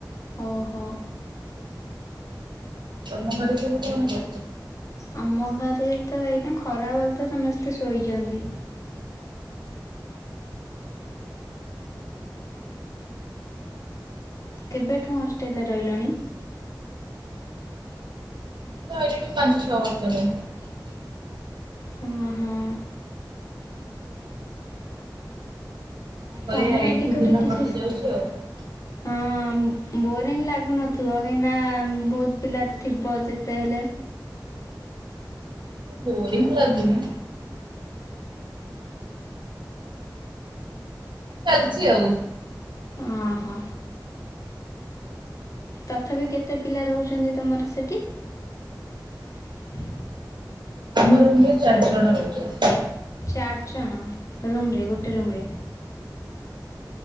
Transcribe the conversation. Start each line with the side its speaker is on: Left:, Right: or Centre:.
Left: ଓହୋ।
Right: ତମ ଘରେ ସବୁ କଣ କରୁଛ?
Left: ଆମ ଘରେ ତ ଏଇନା ଖରା ବେଲଟା ସମସ୍ତେ ଶୋଇଛନ୍ତି। କେବେଠୁ ହଷ୍ଟେଲରେ ରହିଲଣି?
Right: ମୁଁ ପାଞ୍ଚ ଛଅ ବର୍ଷ ହେଲାଣି।
Left: ହଁ ହଁ
Right: କଣ କରିବା
Left: ତମର
Right: ଏଇଠି
Left: ଏଠି ଗୋଟେ
Right: ଦିନ
Left: କିଛି
Right: କଟି ଯାଉଛି ଆଉ।
Left: ହଁ। ବୋରିଂ ଲାଗୁନଥିବ କାହିଁକି ନା ବହୁତ ପିଲା ଥିବ ଯେତେ ହେଲେ।
Right: ବୋରିଂ ତ ଲାଗୁନି। ଚାଲିଛି ଆଉ।
Left: ଓ ହୋ। ତଥାପି କେତେ ପିଲା ରହୁଛନ୍ତି ତୁମର ସେଠି? <inaudible>
Right: ଆମ ରୁମରେ ଚାରି ଜଣ ରହୁଛନ୍ତି।
Left: ଚାରିଜଣ ରୁମ ରେ ଗୋଟେ ରୁମରେ।